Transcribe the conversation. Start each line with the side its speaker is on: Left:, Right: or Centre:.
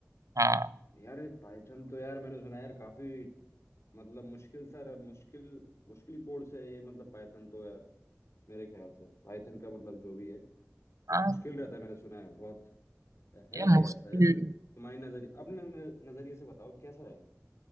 Right: हाँ
Left: यार ये पाइथन तो यार मैंने सुना है यार काफी मतलब मुश्किल सर मुश्किल मुश्किल कोर्स है ये मतलब पाइथन तो यार मेरे ख्याल से पाइथन का मतलब जो भी है मुश्किल
Right: हाँ
Left: रहता है मैंने सुना है बहुत है
Right: ये
Left: क्या
Right: मुश्किल
Left: ऐसा या फिर तुम्हारी नजरिए अपने न- नजरिए से बताओ कैसा है